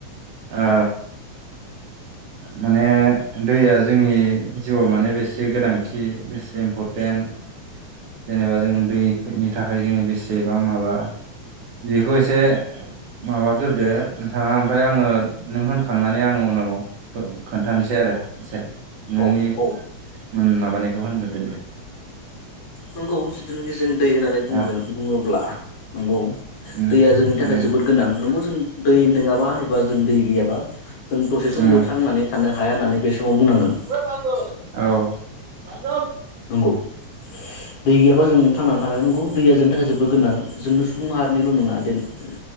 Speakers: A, on the right (about 65°); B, on the left (about 85°).
A: ओ माने दैया जोंनि जिउआव माने बेसे गोनांथि बेसे इम्परटेन्ट? जेनेबा जोङो दैफोरनि थाखाय जोङो बेसेबां माबा जिखौ इसे माबाग्रोदो नोंथाङा ओमफाय आङो नों होनखांनानै आङो उनाव खोन्थानोसै आरो एसे नोंनि
B: औ औ।
A: मोन माबानायखो होनग्रोदो दे?
B: नोंगौ जिथुनाखि जों दै होननानै बुंगोन
A: ओ
B: बुंङोब्ला नंगौ।
A: उम
B: दैया जोंनि थाखाय
A: उम
B: जोबोद गोनां। नंगौ जों दै नोंङाबा एबा जों दै गैयाबा जों दसे समबो
A: उम
B: थांनानै थानो हाया होननानै बे समाव बुंनांगोन
A: <unintelligible> औ <unintelligible>
B: गब <unintelligible> दै गैयाबा जों थांनानै थानाया नंगौ दैया जोंनि थाखाय जोबोद गोनां जोंनो सुबुं माहारिनिल' नङा देन ओम